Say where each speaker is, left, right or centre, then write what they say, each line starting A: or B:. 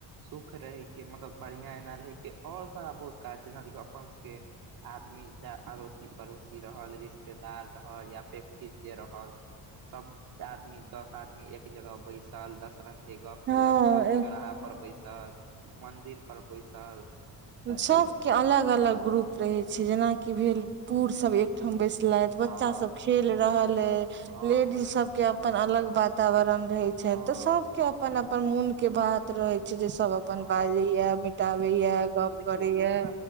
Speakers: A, on the right; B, on the right.
A: सुख रहैके मतलब बढ़िआँ एना रहैके ओर सारा बहुत काज जेना देखियौ अपन सबके आदमी जा अरोस अड़ोसी पड़ोसी रहल रिश्तेदार रहल अप अपेक्षित जे रहल सब आदमी दस आदमी एक जगह बैसल दस रंग के गप
B: हँ
A: केलक चौक
B: ए-
A: चौराहा पर बैसल मंदिर पर बैसल ए
B: सबके अलग अलग ग्रुप रहैत छै जेनाकि भेल बूढ़ सभ एकठाम बैसलथि बच्चा
A: हँ
B: सब खेल रहल अय
A: हँ
B: लेडीज सब के अपन अलग वातावरण रहे छेन
A: हँ
B: तऽ सब के अपन अपन मोन के बात रहैत छै। छैय जए सब अपन
A: हँ
B: बाजे या मिटाबेया गप करैया
A: ओहिस